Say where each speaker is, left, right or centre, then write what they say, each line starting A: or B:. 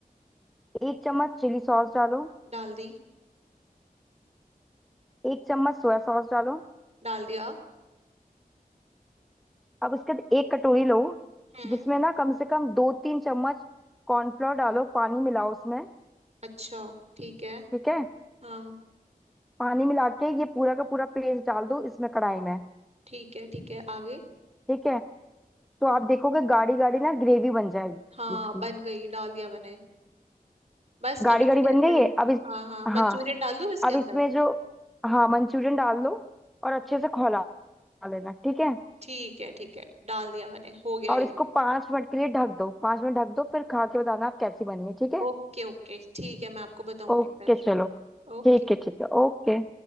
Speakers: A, in the centre; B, on the right.
A: एक चम्मच चिली सॉस डालो
B: डाल दी
A: एक चम्मच सोया सॉस डालो
B: डाल दिया
A: अब उसके बाद एक कटोरी लो
B: हम्म
A: जिसमें ना कम से कम दो तीन चम्मच कॉर्नफ्लोर डालो पानी मिलाओ उसमें
B: अच्छा ठीक है
A: ठीक है
B: हाँ
A: पानी मिला के ये पूरा का पूरा पेस्ट डाल दो इसमें कढ़ाई में
B: ठीक है ठीक है आगे
A: ठीक है तो आप देखोगे गाढ़ी गाढ़ी ना ग्रेवी बन जाएगी
B: हाँ
A: इसकी
B: बन गई डाल दिया मैंने बस
A: गाढ़ी
B: अब इसके
A: गाढ़ी बन
B: अंदर
A: गई है अब इस
B: हाँ हाँ
A: हाँ
B: मंचूरियन डाल दूँ इसके
A: अब
B: अंदर
A: इसमें जो हाँ मंचूरियन डाल दो और अच्छे से खौला लेना ठीक है
B: ठीक है ठीक है डाल दिया मैंने हो गया
A: और
B: ये
A: इसको पाँच मिनट के लिए ढक दो पाँच मिनट ढक दो फिर खा के बताना आप कैसी बनी है ठीक है
B: ओके ओके ठीक है मैं आपको बताऊंगी
A: ओके
B: फिर
A: चलो
B: ओके
A: ठीक है ठीक है ओके